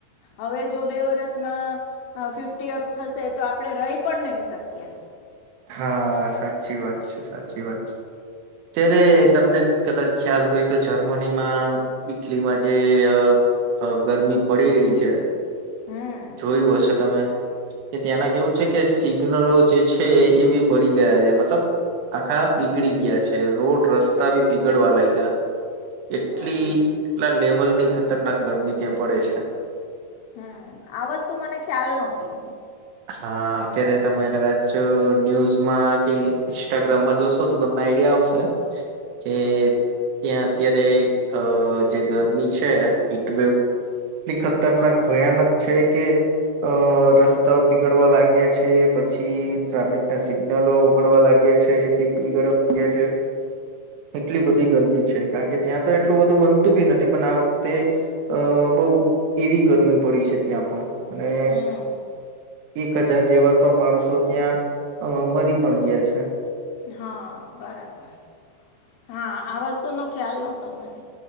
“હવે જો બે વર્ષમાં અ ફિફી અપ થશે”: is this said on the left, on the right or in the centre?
Left